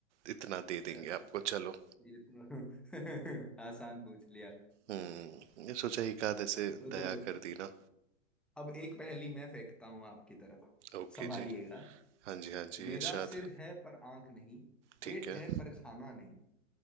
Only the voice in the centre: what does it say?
चलो
ये तो <laughs> आसान पूछ लिया
तो
चलो
अब एक पहेली मैं फेंकता हूँ आपकी तरफ
संभालिएगा
मेरा
सिर है पर आंख नहीं
पेट
है पर खाना नहीं